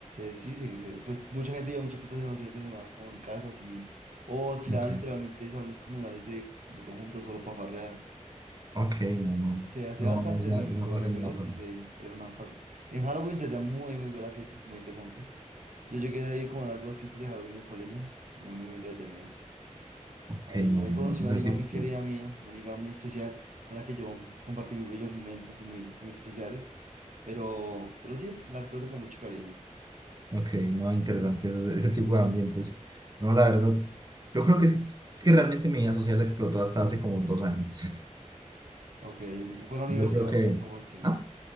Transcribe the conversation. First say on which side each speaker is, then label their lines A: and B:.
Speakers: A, on the right; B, on the right.
A: sí, se, se- pues mucha gente iba a muchas fiestas en los fines de semana, como en casas y, o alquilaban
B: Ok,
A: literalmente salones comunales de, de conjuntos solo para farrear.
B: ok, no, no.
A: Se hacía
B: No,
A: bastante
B: no, o sea,
A: en mi,
B: esa
A: mi co-
B: fase
A: mi colegio,
B: no la pasé.
A: sí, se, era una parte. En Halloween se hacían muy, muy buenas fiestas, muy interesantes. Yo llegué a ir como a las dos fiestas de Halloween del colegio, muy, muy entretenidas.
B: Ok,
A: Ahí,
B: no,
A: ahí
B: no,
A: conocí
B: no,
A: una amiga
B: es difícil.
A: muy querida mía, una amiga muy especial, con la que yo compartí muy bellos momentos y muy, muy especiales. Pero, pero sí, la recuerdo con mucho cariño.
B: Ok, no, interesante eso- ese tipo de ambientes. No, la verdad, yo creo que sí. Es que realmente mi vida social explotó hasta hace como dos años. <laughs>
A: Ok, ¿por la universidad?
B: Yo creo que,
A: ¿O por qué?
B: ah,